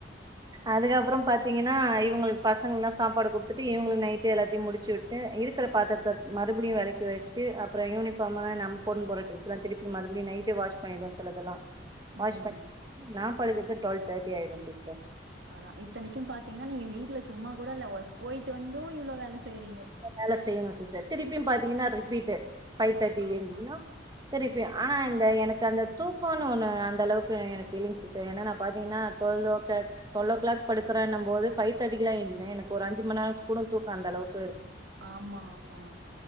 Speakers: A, on the right; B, on the right.
A: அதுக்கப்புறம் பார்த்திங்கன்னா இங்களுக்கு பசங்கள்லாம் சாப்பாடு குடுத்துட்டு இவங்களுக்கு நைட்டு எல்லாத்தையும் முடிச்சு விட்டு இருக்கிற பாத்திரத்தை மறுபடியும் வெளக்கி வச்ட்டு அப்புறம் யூனிஃபார்மு நம் போட்டனு போற ட்ரஸ்லாம் திருப்பி மறுபடியும் நைட்டே வாஷ் பண்ணிடுவோம் சிலதெல்லாம் வாஷ்
B: ம்
A: ப படுகது டுவல்வ தே்டி ஆயிடும் சிஸ்டர்
B: அதான் இத்தனைக்கும் பாத்தீங்கன்னா நீங்க வீட்டுல சும்மா கூட இல்ல ஒ போயிட்டு வந்தும் இவ்வளோ வேலை செய்யறீங்க
A: வேல செய்யணும் திருப்பியும் பாத்தீங்கன்னா ரிப்பீட் ஃபைவ் தேர்டி
B: ஆமா
A: எஞ்சிகனும் திருப்பி ஆனா இந்த எனக்கு அந்த தூக்கம்னு ஒன்று அந்தளவுக்கு எனக்கில்லிங்க சிஸ்டர் ஏன்னா ந ப பாத்தீங்கன்னா டுவெல்வ ஓ கள டுவெல்வ ஓ கிள் படுக்கேன் நும் போது ஃபைவ் தர்டி லாம் எஞ்சிருேன் எனக்கு ஒரு அ்சு மணி நாள்க்கு கூட தூக்கம் அந்தளவுக்கு
B: ஆமா ஆமா